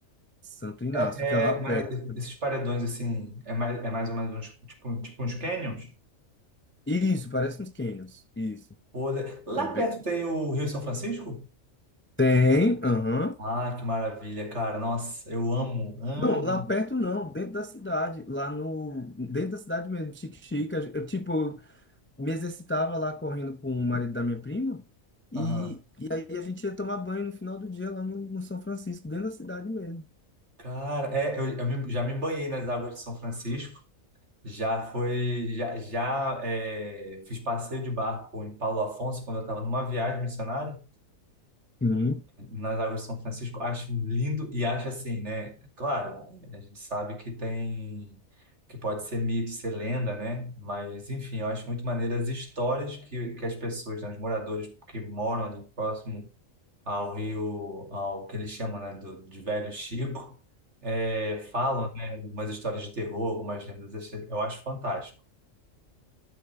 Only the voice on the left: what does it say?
Santo Inácio,
que é lá
perto.
Isso, parece uns canyons. Isso.
É bem...
Tem, aham.
Não, lá perto não, dentro da cidade, lá no, dentro da cidade mesmo, Chique Chique, eu, tipo, me exercitava lá correndo com o marido da minha prima, e,
e aí a gente ia tomar banho no final do dia lá no, no São Francisco, dentro da cidade mesmo.
Sim.